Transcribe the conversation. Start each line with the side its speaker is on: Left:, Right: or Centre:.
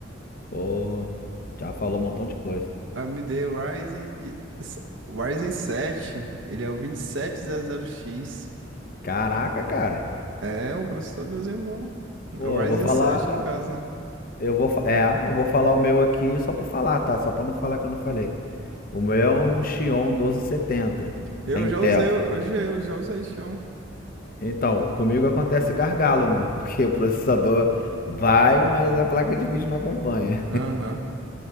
Left: Pô, já falou um montão de coisa.
Right: AMD Ryzen, de- s- Ryzen 7. Ele é o 2700X.
Left: Caraca, cara.
Right: É um processadorzinho bom.
Left: Pô,
Right: É o Ryzen
Left: eu vou falar.
Right: 7, no caso, né?
Left: Eu vou, fa- é, eu vou falar o meu aqui só por falar, tá? Só pra não falar que eu não falei. O meu é um Xeon 1270
Right: Eu
Left: da Intel.
Right: já usei, eu já, eu já usei, chão.
Left: Então, comigo acontece gargalo, né? <laughs> Porque o processador vai, mas a placa de vídeo não acompanha.
Right: Aham.